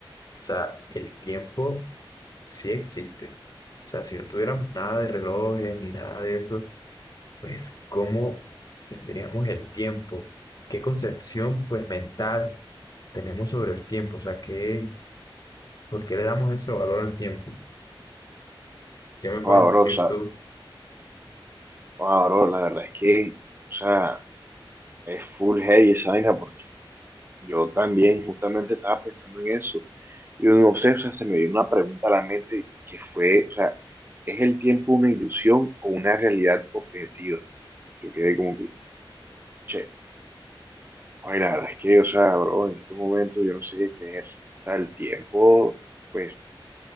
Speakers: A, on the left (about 45°); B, on the right (about 25°).
A: o sea, el tiempo sí existe. O sea, si no tuviéramos nada de relojes ni nada de eso pues cómo tendríamos el tiempo, qué concepción pues mental tenemos sobre el tiempo, o sea, qué, ¿por qué le damos ese valor al tiempo? ¿Qué me puedes
B: Wow,
A: decir
B: bro, o sea,
A: tú?
B: wow, bro, la verdad es que, o sea, es full heavy esa vaina, porque yo también justamente estaba pensando en eso. Y no sé, o sea, se me vino una pregunta a la mente que fue, o sea, ¿es el tiempo una ilusión o una realidad objetiva? Yo quedé como que, che, ay, la verdad es que, o sea, bro, en estos momentos yo no sé qué creer. O sea, el tiempo, pues,